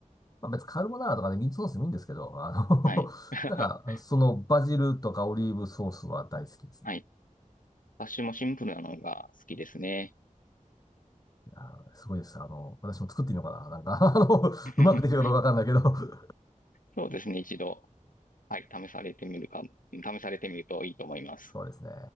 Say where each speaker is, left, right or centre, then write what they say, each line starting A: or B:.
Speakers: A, on the left; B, on the left.
A: まあ、別にカルボナーラとかね、ミートソースでもいいんですけど、あの
B: はい。<laughs>
A: <laughs> なんか、そのバジルとかオリーブソースは大好きですね。
B: はい。私もシンプルなのが好きですね。
A: いやーすごいです。あの、私も作ってみようかな。なんか、あの、
B: <laughs>
A: うまくできるかどうかわかんないけど <laughs>
B: そうですね、一度。はい、試されてみるか、試されてみるといいと思います。
A: そうですね。